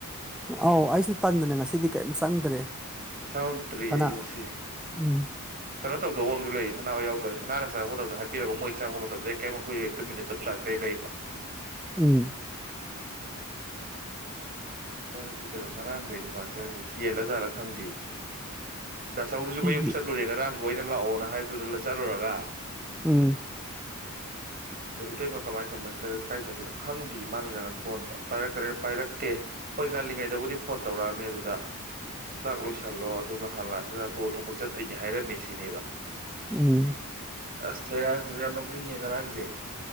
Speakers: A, in the centre; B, on the right.
A: ꯑꯥꯎ ꯑꯩꯁꯨ ꯇꯟꯗꯅ ꯉꯁꯤꯗꯤ ꯀꯩꯝ ꯆꯪꯗ꯭ꯔꯦ
B: ꯆꯪꯉꯛꯇ꯭ꯔꯤ
A: ꯀꯅꯥ
B: ꯑꯩꯁꯨ ꯉꯁꯤ
A: ꯎꯝ
B: ꯀꯩꯅꯣ ꯇꯧꯗꯧꯕ ꯑꯃꯁꯨ ꯂꯩ ꯁꯅꯥꯍꫭꯏ ꯌꯥꯎ <unintelligible> ꯁꯅꯥꯅ ꯆꯪꯉꯛ ꯃꯇꯝꯗ ꯍꯥꯏꯕꯤꯔꯕ ꯃꯣꯏ ꯆꯪꯉꯛꯄ ꯃꯇꯝꯗ ꯀꯩꯝ ꯃꯈꯣꯏ ꯍꯦꯛ ꯇꯨꯃꯤꯟꯅ ꯆꯨꯞ ꯆꯥꯛꯇ ꯍꯦꯛ ꯂꯩꯕ
A: ꯎꯝ
B: ꯆꯉꯛꯇꯦ ꯀꯗꯩꯅꫭ ꯉꯔꯥꯡꯗꯩꯅꯤ ꯄꯥꯛꯅ ꯅꯥꯆꯉꯉꯛ ꯀꯦꯜꯂ ꯖꯥꯠꯂꯥ ꯈꯪꯗꯦ ꯗꯥꯆꯧꯗꯨꯁꯨ
A: ꯈꯪꯗꯦ
B: ꯃꯌꯨꯝ ꯆꯠꯂꯨꯔꯦ ꯉꯔꯥꯡꯗꯣ ꯑꯩꯅ ꯂꯥꯛꯑꯣꯅ ꯍꯥꯏꯕꯗꯨꯗ ꯆꯠꯂꯨꯔꯒ
A: ꯎꯝ
B: ꯑꯗꯣ ꯏꯇꯩꯃ ꯀꯃꯥꯏ ꯀꯃꯥꯏ ꯀꯥꯏ ꯆꯠꯈꯤꯅꯣ ꯈꯪꯗꯤꯌꯦ ꯃꯥꯅ ꯂꯩꯔ ꯐꯣꯟꯗ ꯄꯥꯏꯔꯛꯇꯤꯌꯦ ꯀꯅ ꯄꯥꯏꯔꯛꯇꯦ ꯍꯣꯏ ꯉꯥꯜꯂꯤꯉꯩꯗꯕꯨꯗꯤ ꯐꯣꯟ ꯇꯧꯔꯛꯑꯝꯃꯦ ꯑꯗꯨꯗ ꯆꯥꯛ ꯂꯣꯏꯁꯜꯂꯣ ꯑꯗꯨꯒ ꯍꯥꯟꯂꯛꯑ ꯆꯇꯣ ꯊꯕꯛ ꯆꯠꯇꯣꯏꯅꯦ ꯍꯥꯏꯔꯝꯃꯤ ꯁꯤꯅꯦꯕ
A: ꯎꯝ
B: ꯑꯁ ꯊꯣꯏꯔꯥꯡꯁꯨ ꯌꯥꯝ ꯅꯣꯛꯅꯤꯡꯉꯦ ꯉꯔꯥꯡꯁꯦ